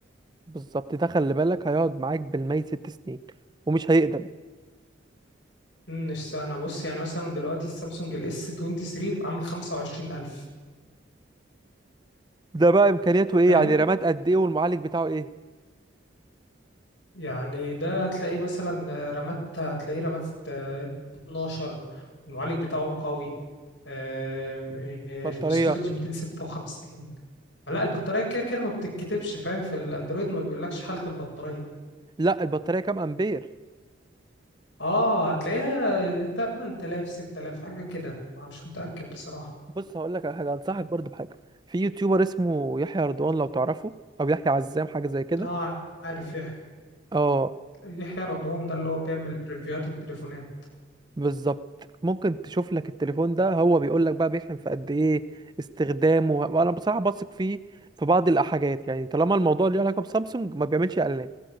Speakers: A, on the right (about 20°); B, on the left (about 65°).
A: بالظبط ده خلي بالك هيقعد معاك بالمية ست سنين ومش هيقدم
B: مم، مش س- انا بص يعني مثلا دلوقتي السامسونج الاس 23 عامل 25000
A: ده بقى امكانياته ايه
B: فاهم
A: يعني رامات قد ايه والمعالج بتاعه ايه
B: يعني ده هتلاقي مثلا رامات هتلاقيه رامات آه، 12 المعالج بتاعه قوي آم، آه،
A: بطاريه
B: الاستورج 256 لا البطارية كده كده ما بتتكتبش فاهم في الاندرويد ما بيقولكش حالة البطارية
A: لا البطاريه كام امبير
B: اه هتلاقيها 8000 6000 حاجة كده أنا مش متأكد بصراحة
A: بص هقول لك على حاجه انصحك برضو بحاجه في يوتيوبر اسمه يحيى رضوان لو تعرفه او يحيى عزام حاجه زي كده
B: اه عارف يحيى
A: اه
B: يحيى رضوان ده اللي هو بيعمل ريفيوهات التليفونات
A: بالظبط ممكن تشوف لك التليفون ده هو بيقول لك بقى بيحلم في قد ايه استخدامه وانا بصراحه بثق فيه في بعض الحاجات يعني طالما الموضوع ليه علاقه بسامسونج ما بيعملش اعلانات